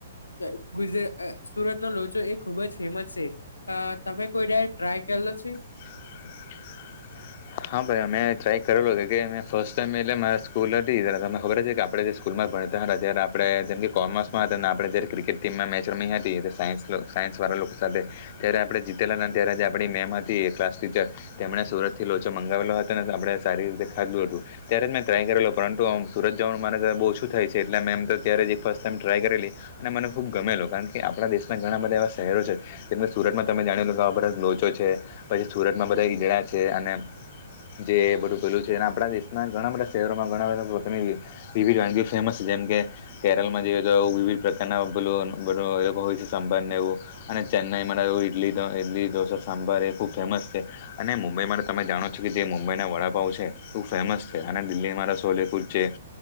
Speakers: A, on the left (about 75°); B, on the left (about 40°).
A: આય ગુજ આય સુરતનો લોચો એ ખુબ જ ફેમસ છે. અ તમે કોઈ દાડ ટ્રાય કર લ છે.
B: <inaudible> હા, ભાઈ અમે ટ્રાય કરેલો છે કે મે ફર્સ્ટ ટાઈમે એટલે મારે સ્કૂલી હતી ત્યારે તમે ખબર જ હોય આપણે જે સ્કૂલમાં પણ ત હ રજા. જયાર આપડે જેમ કે કોમર્સમાં હતા અને આપણે જયારે ક્રિકેટ ટીમમાં મેચ રમી હતી તે સાયન્સ કલ સાયન્સવાળ લોકો સાથે ત્યારે આપણે જીતેલા ન ત્યારે આપણી મેમ હતી ક્લાસ ટીચર તેમણે સુરતથી લોચો મંગાવેલો હતો ને આપણે સારી રીતે ખાધું હતું. ત્યારે જ મેં ટ્રાય કરેલો. પરંતુ સુરત જવાનું મારા ઘરે બો ઓછું થાય છે. એટલે મે એમ તો ત્યારે એક ફર્સ્ટ ટાઈમ ટ્રાય કરેલી અને મને ખૂબ ગમેલો. કારણ કે આપણા દેશના ઘણા બધા એવા શહે રહેલો છે. જેમ કે સુરતમાં તમે જાણી લો કે આ બધા લોચો છે પછી સુરતમાં બધા ઈદડા છે અને <inaudible> જે બધું પહેલું છે અને આપણા દેશના ઘણા બધા શહેરોમાં ઘણા બધા પોતાની વિવિધ વાનગીઓ ફેમસ છે. જેમ કે કે કેરલમાં જઈએ તો વિવિધ પ્રકારના પેલો બધો અલગ હોય સંભર ને એવું અને ચન ઈમાં ને એવું ઈડલી ઢો-ઈડલી ઢોસા સાંભાર એ ખુબ ફેમસ છે અને મુંબઈમાં તો તમે જાણો તે મુંબઈના વડાપાંવ છે, એવું ફેમસ છે. અને દિલ્હીમાં તો સોલે કુલ્ચે